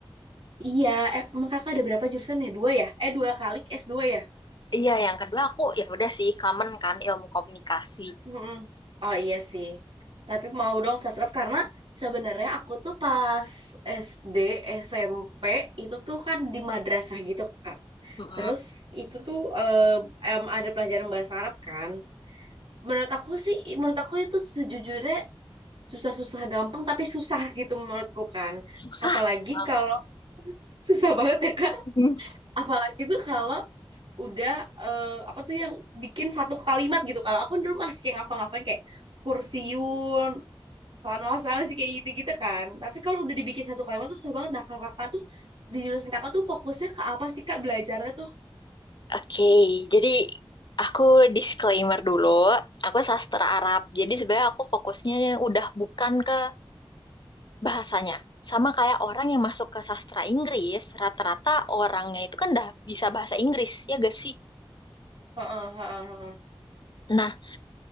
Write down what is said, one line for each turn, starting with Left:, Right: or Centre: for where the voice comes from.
Right: Iya, eh, emang kakak ada berapa jurusan ya? Dua ya? Eh, dua kali s dua ya?
Left: Iya, yang kedua aku ya udah sih common kan ilmu komunikasi.
Right: Mm-mm. Oh iya sih. Tapi mau dong sastrap karena sebenarnya aku tuh pas SD, SMP itu tuh kan di madrasah gitu, Kak.
Left: Mm-mm.
Right: Terus itu tuh eh, em, ada pelajaran bahasa Arab kan. Menurut aku sih, menurut aku itu sejujurnya susah-susah gampang tapi susah gitu menurutku kan
Left: Susah.
Right: apalagi
Left: Bang.
Right: kalau <laughs> susah banget ya Kak
Left: <laughs>
Right: apalagi tuh kalau udah eh, apa tuh yang bikin satu kalimat gitu kalau aku dulu masih kayak ngafal-ngafalin kayak kursiun sana sih kayak gitu-gitu kan tapi kalau udah dibikin satu kalimat tuh susah banget nah kalau kakak tuh di jurusan kakak tuh fokusnya ke apa sih kak belajarnya tuh
Left: Oke, jadi aku disclaimer dulu. Aku sastra Arab, jadi sebenarnya aku fokusnya udah bukan ke bahasanya. Sama kayak orang yang masuk ke sastra Inggris, rata-rata orangnya itu kan udah bisa bahasa Inggris, ya gak sih?
Right: Heeh, heeh, heeh.
Left: Nah,